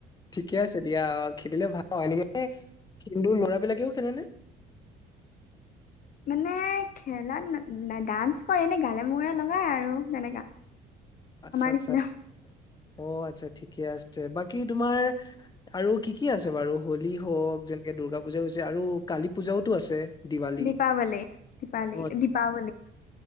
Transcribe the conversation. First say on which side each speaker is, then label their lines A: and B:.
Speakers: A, on the left; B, on the left.
A: ঠিকে আছে দিয়া খেলিলে ভাল <unintelligible> লৰাবিলাকেও খেলে নে?
B: মানে খেলাত ডান্স কৰে এনে গালে মুখে লগাই আৰু তেনেকা। <inaudible>
A: আচ্ছা আচ্ছা,
B: নিচিনা
A: অ আচ্ছা ঠিকে আছে বাকী তোমাৰ আৰু কি কি আছে বাৰু হোলী হওক যেনেকে দুূৰ্গা পূজাও হৈছে আৰু কালী পূজাওতো আছে। দিৱালী
B: দীপাৱলী, দিপালি
A: অ
B: দীপাৱলী।